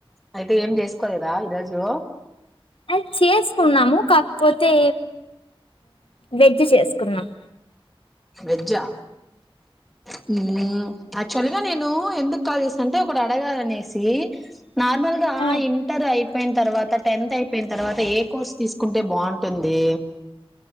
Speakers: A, in the centre; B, on the left (about 70°).
A: అయితే ఏం చేసు కాలేదా ఈరోజు
B: అది చేసుకున్నాము కాకపోతే వెజ్ చేసుకున్నాం
A: వేజ్జా హమ్ యాక్చువల్ గా నేను ఎందుకు కాల్ చేసాన అంటే ఒకటి అడగాలనేసి నార్మల్ గా
B: ఆ
A: ఇంటర్ అయి అ పోయిన తర్వాత టెన్త్ అయిపోయిన తర్వాత ఏ కోర్స్ తీసుకుంటే బాగుంటుంది